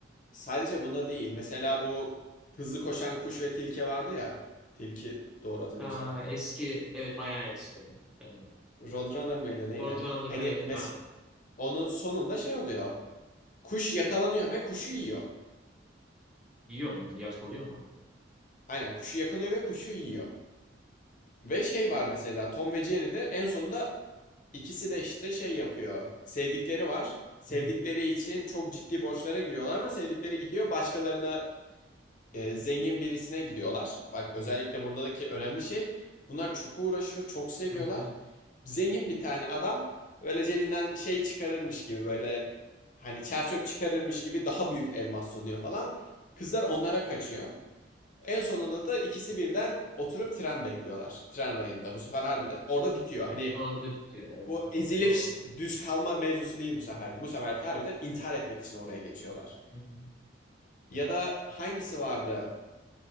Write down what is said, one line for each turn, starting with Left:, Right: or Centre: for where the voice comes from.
Left: sadece bunda değil. Mesela bu hızlı koşan kuş ve tilki vardı ya. Tilki doğru hatırlıyorsam.
Centre: Aa, eski evet bayağı eski. o. Ee,
Left: Roadrunner mıydı neydi?
Centre: Roadrunner
Left: Hani
Centre: evet
Left: mes
Centre: galiba.
Left: onun sonunda şey oluyor. Kuş yakalanıyor ve kuşu yiyor.
Centre: Yiyor mu? Yakalıyor mu? artık?
Left: Aynen kuşu yakalıyor ve kuşu yiyor. Ve şey var mesela Tom ve Jerry'de en sonunda ikisi de işte şey yapıyor. Sevdikleri var. Sevdikleri
Centre: Hı hı.
Left: için çok ciddi borçlara giriyorlar ama sevdikleri gidiyor başkalarına e, zengin birisine gidiyorlar. Bak özellikle buradaki önemli şey bunlar çok uğraşıyor, çok seviyorlar.
Centre: Hı hı.
Left: Zengin bir tane adam böyle cebinden şey çıkarırmış gibi böyle hani çerçöp çıkarırmış gibi daha büyük elmas sunuyor falan. Kızlar onlara kaçıyor. En sonunda da ikisi birden oturup tren bekliyorlar. Tren rayında. Bu sefer harbiden orada bitiyor. Hani
Centre: Orada bitiyor. Evet
Left: bu
Centre: tamam.
Left: ezilip
Centre: Doğru.
Left: düz kalma mevzusu değil bu seferki. Bu seferki harbiden intihar etmek için oraya geçiyorlar.
Centre: Hı hı.
Left: Ya da hangisi vardı?